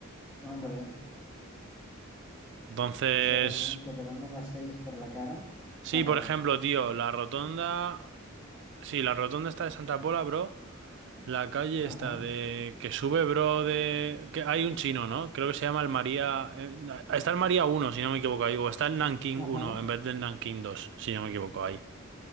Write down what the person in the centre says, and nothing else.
hombre,
eh, sí, también que te cambien las calles por la cara, está
raro.
Ajá,
ajá,